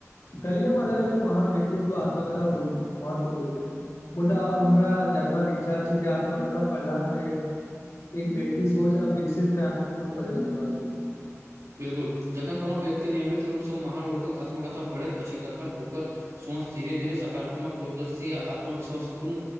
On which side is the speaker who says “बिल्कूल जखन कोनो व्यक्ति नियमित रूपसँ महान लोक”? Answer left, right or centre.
Right